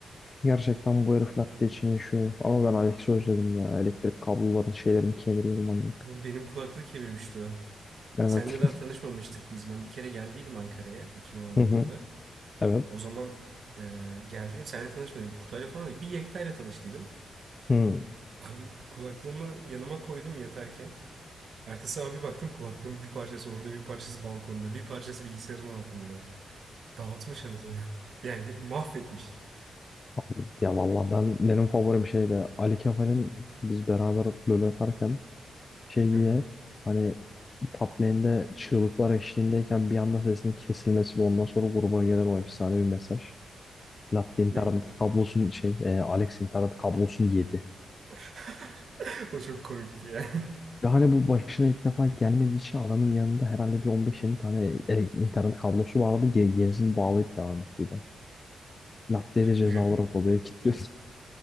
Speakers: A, on the left (about 30°); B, on the right (about 55°).
A: Gerçekten bu herif latte için yaşıyor. Ama ben Alex'i özledim ya. Elektrik kabloların şeylerini kemiriyordu manyak.
B: Benim benim kulaklığı kemirmişti o.
A: Evet.
B: Seninle daha tanışmamıştık biz. Ben bir kere geldiydim Ankara'ya 2019'da.
A: <laughs> Hı hı. Evet.
B: O zaman e, geldiğim seninle tanışmadık. Kutayla falan bir Yekta'yla tanıştıydım.
A: Hı.
B: Abi kulaklığımı yanıma koydum yatarken. Ertesi abi baktım kulaklığın bir parçası orada, bir parçası balkonda, bir parçası bilgisayarın altında. Dağıtmış anasını. <laughs> Yani mahvetmiş.
A: Abi, Ya valla ben benim favorim şeydi. Ali Kefal'in biz beraber LoL atarken şey
B: Hı
A: diye
B: hı.
A: hani top lane'de çığlıklar eşliğindeyken bir anda sesinin kesilmesi ve ondan sonra gruba gelen o efsane bir mesaj. Latte internet
B: Ne?
A: kablosun şey e, Alex internet kablosunu yedi.
B: <laughs> O çok komikti ya.
A: Ve hani bu başına ilk defa gelmediği için adamın yanında herhalde bir on beş yirmi tane ele- internet kablosu vardı. Ge- Gerisini bağlayıp devam ettiydi. Latte de ceza
B: <laughs>
A: olarak odaya Kilitliyorsun.